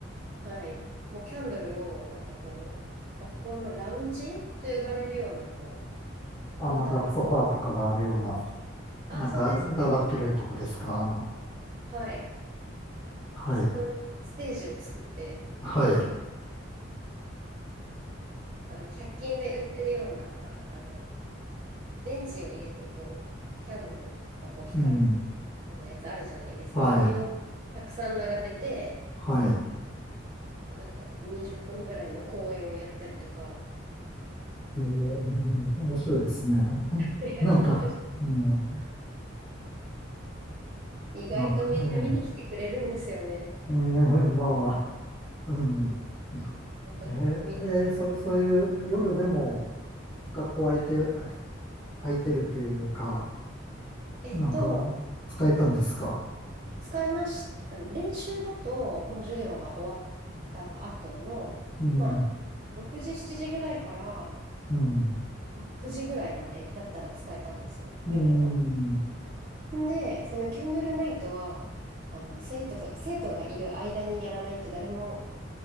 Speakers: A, on the right; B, on the left.
A: はい、もうキャンドルをなんかこう、学校のラウンジと呼ばれるような、こ
B: あ、
A: う、みんなが、
B: なんかソファーとかがあるような、
A: あ、
B: なんかだだっ広いとこですかあの、
A: そうですね。はい。
B: はい、
A: あそこにステージを作って、
B: はい、
A: あの、100均で売ってるような、あの、電池を入れて、こう、キャンドルがこう光る
B: うん、
A: ようなやつあるじゃないですか。
B: はい、
A: あれをたくさん並べて、
B: はい。
A: なんか20分ぐらいの公演をやったりとか、
B: えー、面白いですね。<laughs>
A: <laughs> やってました。
B: なんか、うん、
A: 意外とみんな見に来てくれるんですよね。
B: なんか、えー、えーまあ、うん、
A: うん。やさみんななんか、
B: えー、えーそ、そういう夜でも学校空いて、
A: はい。
B: 空いてるというか、
A: えっと、
B: なんか使えたんですか
A: 使いました。練習だと、もう授業が終わった後の、
B: うん、
A: まあ、6時、7時ぐらいから、
B: うん、
A: 9時ぐらいまでだったら使えたんですよ、
B: うん、
A: 夜の。んで、そのキャンドルナイトは、あの、生徒、生徒がいる間にやらないと誰も、